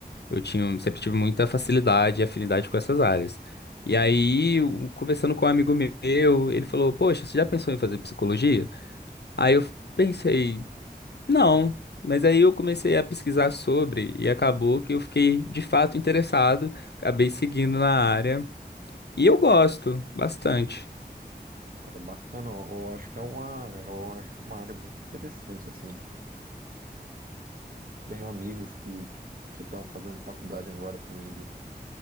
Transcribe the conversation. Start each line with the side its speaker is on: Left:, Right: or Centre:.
Left: Eu tinha, sempre tive muita facilidade e afinidade com essas áreas. E aí, o- conversando com um amigo meu, ele falou: Poxa, você já pensou em fazer psicologia? Aí eu pensei: Não. Mas aí eu comecei a pesquisar sobre e acabou que eu fiquei de fato interessado, acabei seguindo na área. E eu gosto bastante.
Right: Cara, bacana, eu, eu acho que é uma, eu acho que é uma área muito interessante, assim. Tenho amigos que que estão fazendo faculdade agora também de